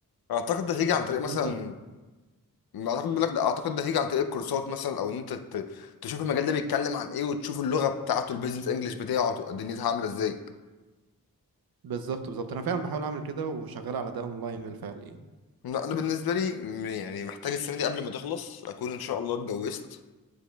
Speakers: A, on the left; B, on the right.
A: اعتقد ده هيجي
B: أه
A: عن طريق مثلا
B: وانت
A: اعتقد بقول لك ده اعتقد ده هيجي عن طريق الكورسات مثلا او ان انت ت- تشوف المجال ده بيتكلم عن ايه وتشوف اللغه بتاعته البيزنس انجلش بتاعه تبقى دنيتها عامله ازاي
B: بالظبط بالظبط انا فعلا بحاول اعمل كده وشغال على ده اونلاين بالفعل يعني
A: لا، انا بالنسبه لي م- يعني محتاج السنه دي قبل ما تخلص اكون ان شاء الله اتجوزت